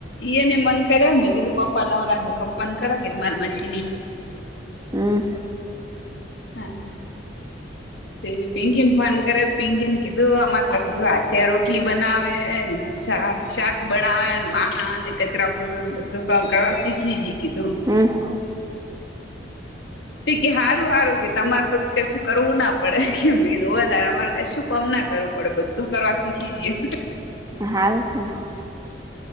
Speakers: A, on the left; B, on the right.
A: ઈ એ ને મન કર્યા મે કે તું પપ્પા નવરા છે પપ્પાને કરાવ કે મારે <inaudible>
B: હમ
A: <unintelligible> તે <unintelligible> ફોન કરે પિંકીને કીધું અમાર તો કીધું આ ત્યાં રોટલી બનાવે શાક શાક બનાાવને વાહણ, કચરા, પોતુ બધું કામ કરવા શીખી જી કીધું.
B: <inaudible>
A: તે કે હારું હારું કે તમારે તો કશું કરવું ના પડે મેં કીધું હોવે તાર અમાર કશું કોમ ના કરવું પડે બધું કરવા શીખી જઈઅ
B: હારું છે ન